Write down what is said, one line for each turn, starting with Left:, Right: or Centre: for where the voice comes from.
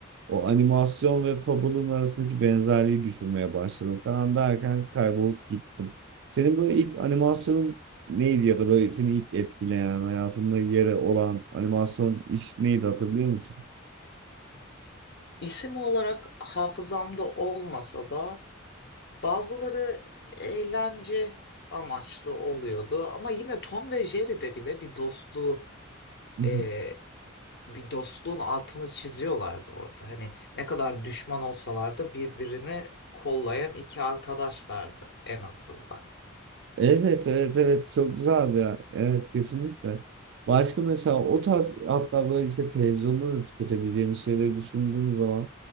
Right: O animasyon ve Fable'ın arasındaki benzerliği düşünmeye başladım falan derken kaybolup gittim. Senin böyle ilk animasyonun neydi ya da böyle seni ilk etkileyen, hayatında yeri olan animasyon iş neydi hatırlıyor musun?
Left: İsim olarak hafızamda olmasa da bazıları eğlence amaçlı oluyordu. Ama yine Tom ve Jerry'de bile bir dostluğu
Right: <laughs>
Left: e, bir dostluğun altını çiziyorlardı orada. Hani ne kadar düşman olsalar da birbirini kollayan iki arkadaşlardı en azından.
Right: Evet evet evet çok güzel abi ya. Evet kesinlikle. Başka mesela o tarz hatta böyle işte televizyonda da tüketebileceğimiz şeyleri düşündüğüm zaman